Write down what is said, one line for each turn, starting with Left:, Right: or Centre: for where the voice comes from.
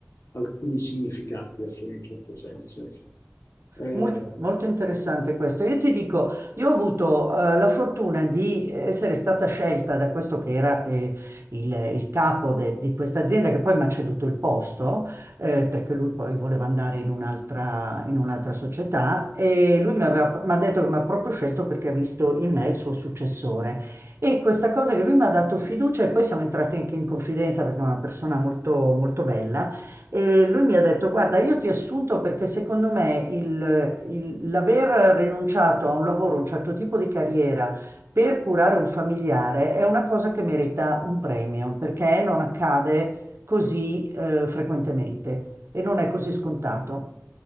Left: alcuni significati, ecco, in un certo senso. Eh,
Right: Mol- Molto interessante questo. Io ti dico, io ho avuto eh, la fortuna di essere stata scelta da questo che era eh, il, il capo de- di questa azienda, che poi mi ha ceduto il posto, eh, perché lui poi voleva andare in un'altra in un'altra società e lui mi aveva- mi ha detto che mi ha proprio scelto perché ha visto in me il suo successore. E questa cosa che lui mi ha dato fiducia e poi siamo entrati anche in confidenza perché è una persona molto, molto bella. E lui mi ha detto: Guarda, io ti ho assunto perché secondo me il- il- l'aver rinunciato a un lavoro, un certo tipo di carriera per curare un familiare è una cosa che merita un premio perché non accade così eh, frequentemente e non è così scontato.